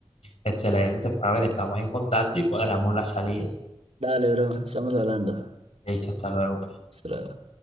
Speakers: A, on the left (about 90°); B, on the right (about 90°).
A: Excelente, Faber, estamos en contacto y cuadramos la salida.
B: Dale, bro, estamos hablando.
A: Listo, hasta luego. pues.
B: Hasta luego.